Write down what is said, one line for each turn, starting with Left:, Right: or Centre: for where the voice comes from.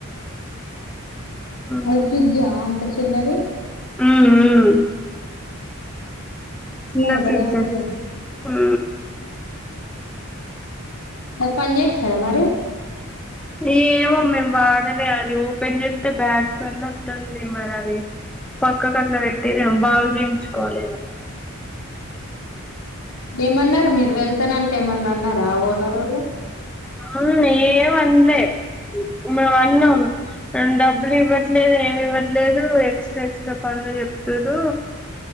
Centre: ఉమ్
Left: అది ఫ్రిడ్జా అంత చిన్నది
Centre: హు
Left: చిన్నగా
Centre: చిన్న
Left: భలే
Centre: ఫ్రిడ్జ్
Left: ఉందిగా
Centre: ఆ
Left: అది పని చేస్తాద మరి
Centre: ఏమో మేము వాడలే అది ఓపెన్ చెస్తే బ్యాట్స్మెన్ వతుంది మరి అది పక్కకు అట్లా పెట్టి మేము బాగు చేయించుకోవాలేమో
Left: ఏమన్నారు మీరు వెళ్తానంటే ఏమన్నా అన్నార ఆ ఓనరోల్లు
Centre: ఆ ఏమన్లే మేము అన్నాం డబ్బులు ఇవ్వట్లేదు ఏమి ఇవ్వట్లేదు ఎక్స్ట్రా ఎక్స్ట్రా పనులు చెప్త్తూరు